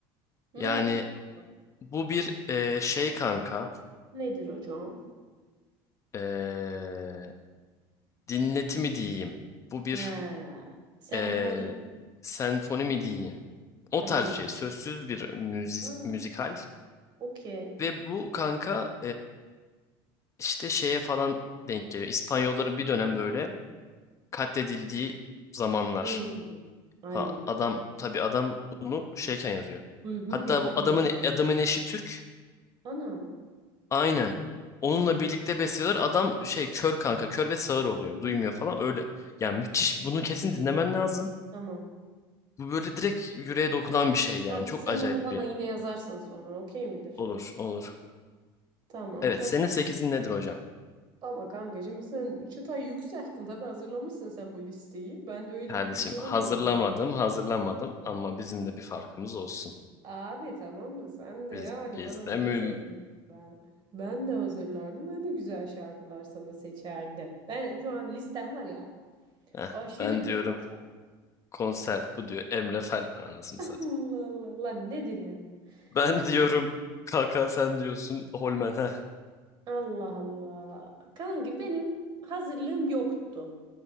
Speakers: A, on the right; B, on the left.
A: Ne
B: yani
A: yapalım?
B: bu bir eee, şey kanka
A: Nedir hocam?
B: eee dinleti mi diyeyim? Bu bir
A: He. Senfoni.
B: eee senfoni mi diyeyim? O
A: Hmm.
B: tarz bir şey. Sözsüz bir müzik,
A: Ha,
B: müzikal.
A: okey.
B: Ve bu kanka İşte şeye falan denk geliyor. İspanyolların bir dönem böyle katledildiği zamanlar
A: Hmm. Ay.
B: falan. Adam tabii adam bunu şeyken yazıyor.
A: Duyguyu
B: Hatta
A: geçiriyor.
B: bu adamın adamın eşi Türk.
A: Anam.
B: Aynen. Onunla birlikte besliyorlar. Adam şey kör kanka, kör ve sağır oluyor.
A: Anam.
B: Duymuyor falan öyle. Yani müthiş. Bunu kesin dinlemen lazım.
A: Tamam.
B: Bu böyle direkt yüreğe dokunan bir şey yani.
A: Kanka
B: Çok
A: sen
B: acayip
A: onu bana
B: bir
A: yine yazarsın sonra. Okey midir?
B: olur, olur.
A: Tamam.
B: Evet,
A: Kanka.
B: senin sekizin nedir hocam?
A: Ama kanka şimdi sen çıtayı yükselttin. Tabii hazırlamışsın sen bu listeyi. Ben de öyle
B: Kardeşim
A: bir liste
B: hazırlamadım,
A: olmadı.
B: hazırlamadım ama bizim de bir farkımız olsun.
A: Abi tamam da sen de
B: Biz,
A: yani
B: biz
A: bana
B: de
A: da
B: mü...
A: deseydin <laughs> ben ben de hazırlardım. Ben de güzel şarkılar sana seçerdim. Ben şu an listem var ya.
B: Heh,
A: Aşırı
B: ben
A: kekozal.
B: diyorum konser bu diyor Emre Fel anasını
A: <laughs>
B: satayım.
A: Allah Allah. Lan <laughs> nedir yani?
B: Ben
A: Kan-
B: diyorum kaka sen diyorsun Holmen. Heh.
A: Allah Allah. Kanki benim hazırlığım yoktu.